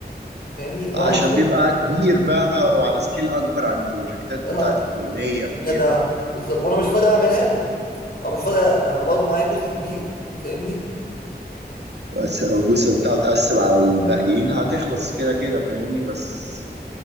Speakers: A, on the left; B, on the right.
A: فاهمني وانا
B: عشان
A: مش فاضي
B: بيبقى كبير بقى وعلى سكيل اكبر عن البروجكتات
A: اه
B: بتاعت الكليه وكده
A: جدع بالظبط وانا مش فاضي اعملها له او مش فاضي ما ما برضه معايا جزء كبير فاهمني
B: بس لو الجزء بتاعه اتقسم على الباقيين هتخلص كده كده فاهمني بس